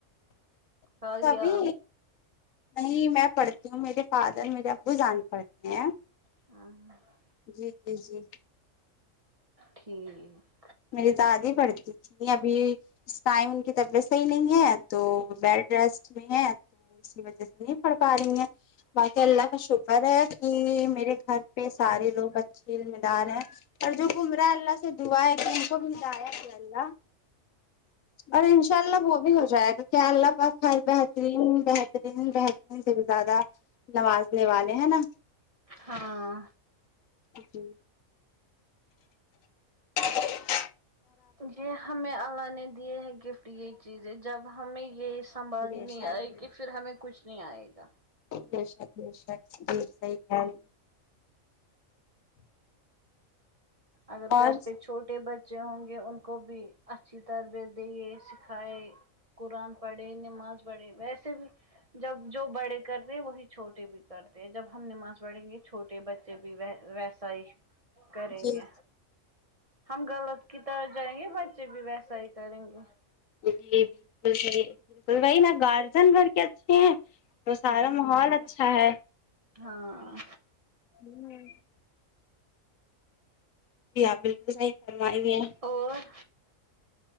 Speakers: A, on the right; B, on the left.
A: خالیا
B: سبھی نہیں میں پڑھتی ہوں میرے فادر میرے ابو جانے پڑھتے ہیں
A: ہاں
B: جی جی جی
A: ھ
B: میری دادی پڑھتی تھی ابھی اس ٹائم ان کی طبیعت صحیح نہیں ہے تو بیڈ ریسٹ میں ہے اس کی وجہ سے نہیں پڑ پا رہی ہیں باقی اللہ کا شکر ہے کہ میرے گھر پہ سارے لوگ اچھے ذمہ دار ہیں اور جو کمرہ اللہ سے دوا ہے تھ ان کو بھی دایا تھ اللہ اور ان شاء اللہ وہ بھی ہو جائے گ کیا اللہ پاس ہر بہترین بہترین بہترین سے بھی زیادہ نوازنے والے ہیں نا
A: ہاں
B: جی ناقابل فہم
A: یہ ہمیں اللہ نے دیے ہے گفٹ یہ چیزیں جب ہمیں یہ اس سنبالنی
B: بے
A: نہیں
B: شک
A: آئے گی پھر ہمیں کچھ نہیں آئے گا
B: نشک نشک ج صحیح خل
A: اگر
B: اور
A: گھر پہ چھوٹے بچے ہوں گے ان کو بھی اچھی تربیت دیے سکھائے قرآن پڑھے نماز پڑھے ویسے بھی جب جو بڑے کرتے ہیں وہی چھوٹے بھی کرتے ہیں جب ہم نماز پڑھیں گے چھوٹے بچے بھی و ص ہی کریں
B: جی
A: گے ہم غلط کی طرح جائیں گے بچے بھی ویسا ہی کریں گے
B: جی بالکلی بالکل بھائی نا گارجن گھر کے اچھے ہیں تو سارا
A: ہوں
B: ماحول اچھا ہے
A: ہاں
B: ہوں جی آپ بالکل صحیح فرمائیے
A: اور